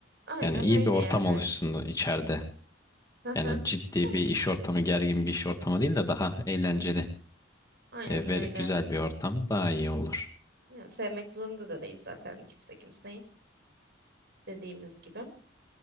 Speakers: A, on the right (about 60°); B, on the left (about 20°).
A: Aynen
B: Yani iyi
A: öyle
B: bir ortam
A: yani.
B: oluşsun içeride.
A: Aha.
B: Yani ciddi
A: Yani
B: bir iş ortamı, gergin bir iş ortamı değil de daha eğlenceli
A: aynen
B: e, ve
A: öyle.
B: güzel
A: S-
B: bir ortam daha iyi olur.
A: ya sevmek zorunda da değil zaten kimse kimseyi dediğimiz gibi.